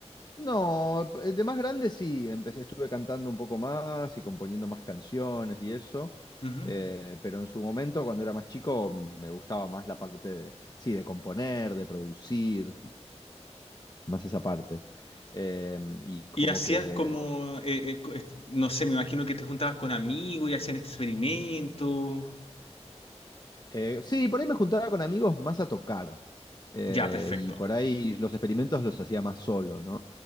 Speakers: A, on the left (about 35°); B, on the left (about 55°).
A: No, p- de más grande sí, empecé, estuve cantando un poco más y componiendo más canciones y eso,
B: Ujú.
A: eh, pero en su momento, cuando era más chico, mm, me gustaba más la parte de, sí, de componer, de producir, más esa parte. Em, y como
B: Y hacías
A: que,
B: como, eh, eh, co- es- no sé, me imagino que te juntabas con amigos y hacían experimentos.
A: eh, sí, por ahí me juntaba con amigos más a tocar, eh,
B: Ya, perfecto.
A: y por ahí los experimentos los hacía más solo, ¿no?